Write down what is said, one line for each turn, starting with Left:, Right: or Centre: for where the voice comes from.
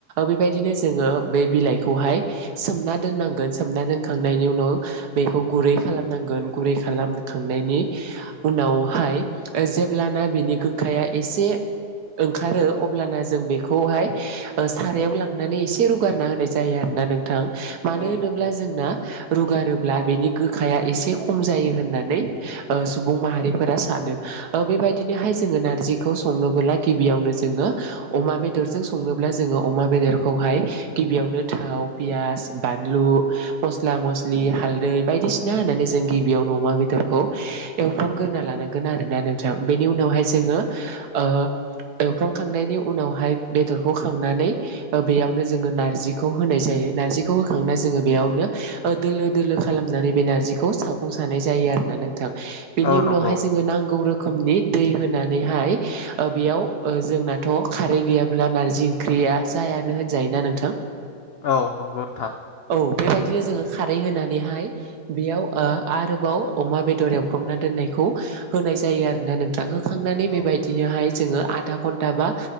Right: बेबायदिनो जोङो बे बिलाइखौहाय सोमना दोननांगोन सोमना दोनखांनायनि उनाव बेखौ गुरै खालामनांगोन गोन गुरै खालामखांनायनि उनावहाय जेब्लाना बिनि गोखाया एसे ओंखारो अब्लाना जों बेखौहाय सारायाव लांनानै एसे रुगारना होनाय जायो आरो ना नोंथां मानो
Left: औ
Right: होनोब्ला
Left: नंगौ
Right: जोंना रुगारोब्ला बेनि गोखाया एसे खम जायो होननानै ओ सुबुं माहारिफोरा सानो बेबायदिनोहाय जोङो नारजिखौ संनोबोला गिबियावनो जोङो अमा बेदरजों संनोब्ला जोङो अमा बेदरखौहाय गिबियावनो था, पियास, बानलु मस्ला मस्लि हालदै बायदिसिना होननानै जों गिबियावनो अमा बेदरखौ एवफ्रामग्रोना लानांगोन आरो ना नोंथां बेनि उनावहाय जोङो
Left: औ
Right: ओ एवफ्रांखांनायनि उनावहाय बेदरखौ खांनानै बेयावनो जोङो नारजि खौ होनाय जायो नारजिखौ होखांनानै जोङो बेयावनो दोलो दोलो खालामनानै बे नारजिखौ सागंजों सानाय जायो आरोना नोंथां बेनि
Left: औ नंगौ
Right: उनावहाय जोङो नांगौ रोखैम रोखोमनि दै होनानैहाय बेयाव जोंनाथ' खारै गैयाब्ला नारजि ओंख्रि या जायानो होनजायोना नोंथां
Left: औ नंगौ नोंथां
Right: औ बेबायदिनो जोङो खारै होनानैहाय बेयाव आरोबाव अमा बेदर एव फ्रामना दोननायखौ होनाय जायो आरोना नोंथां होखांनानै बेबायदिनोहाय
Left: औ
Right: जोङो आधा घन्टा बा